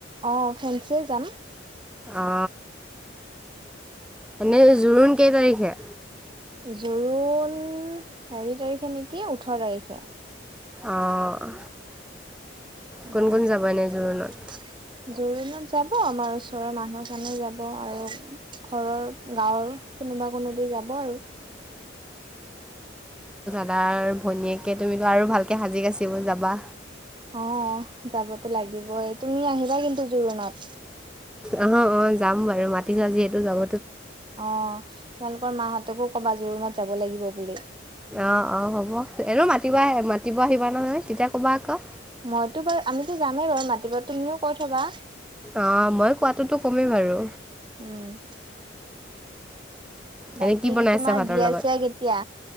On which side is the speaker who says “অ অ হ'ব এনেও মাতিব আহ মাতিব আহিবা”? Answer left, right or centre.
Centre